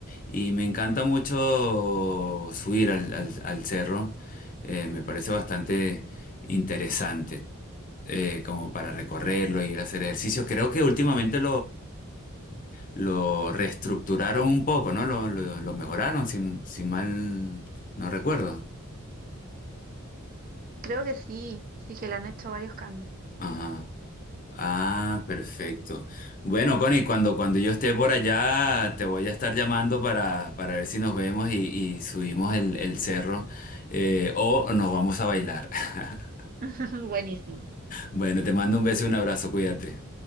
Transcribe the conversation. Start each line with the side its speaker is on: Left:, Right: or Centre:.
Left: y me encanta mucho subir al, al- al cerro, eh, me parece bastante interesante, eh, como para recorrerlo, y ir a hacer ejercicio. Creo que últimamente lo reestructuraron un poco, ¿no? Lo, lo, lo mejoraron, si, si mal no recuerdo.
Right: creo que sí, sí que le han hecho varios cambios.
Left: Ajá. Ah, perfecto. Bueno, Connie, cuando, cuando yo esté por allá, te voy a estar llamando para, para ver si nos vemos y, y subimos el, el cerro eh, o nos vamos a bailar. <laughs>
Right: <laughs> Buenísimo.
Left: Bueno, te mando un beso y un abrazo, cuídate.